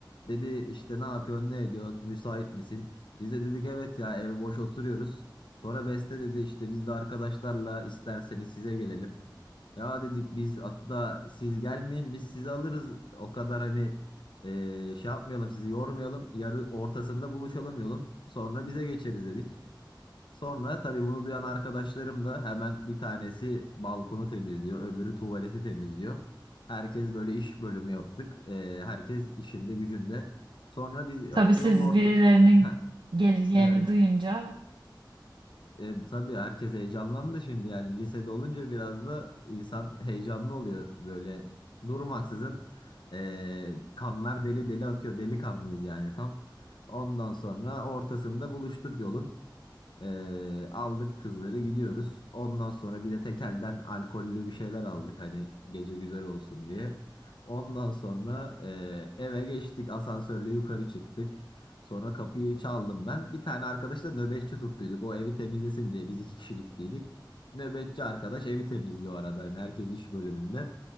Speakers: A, on the left (about 75°); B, on the right (about 75°).
A: Dedi işte ne yapıyorsun ne ediyor müsait misin? Biz de dedik evet ya ev boş oturuyoruz. Sonra Beste dedi işte biz de arkadaşlarla isterseniz size gelelim. Ya dedik biz hatta siz gelmeyin biz sizi alırız. O kadar hani eee, şey yapmayalım sizi yormayalım. Yarı ortasında buluşalım yolun. Sonra bize geçeriz dedik. Sonra tabii bunu duyan arkadaşlarım da hemen bir tanesi balkonu temizliyor. Öbürü tuvaleti temizliyor. Herkes böyle iş bölümü yaptık. Eee, herkes işinde gücünde. Sonra biz
B: Tabii
A: o-
B: siz
A: yolun orta...
B: birilerinin
A: Heh,
B: geleceğini
A: evet.
B: duyunca
A: E, tabii herkes heyecanlandı şimdi yani lisede olunca biraz da insan heyecanlı oluyor böyle durmaksızın e, kanlar deli deli akıyor delikanlıyız yani tam ondan sonra ortasında buluştuk yolun ee, aldık kızları gidiyoruz. Ondan sonra bir de tekelden alkollü bir şeyler aldık hani gece güzel olsun diye. Ondan sonra e, eve geçtik asansörle yukarı çıktık. Sonra kapıyı çaldım ben. Bir tane arkadaşla nöbetçi tuttuyduk. O evi temizlesin diye biz iki kişi gittiydik. Nöbetçi arkadaş evi temizliyor arada. Yani herkes iş bölümünde.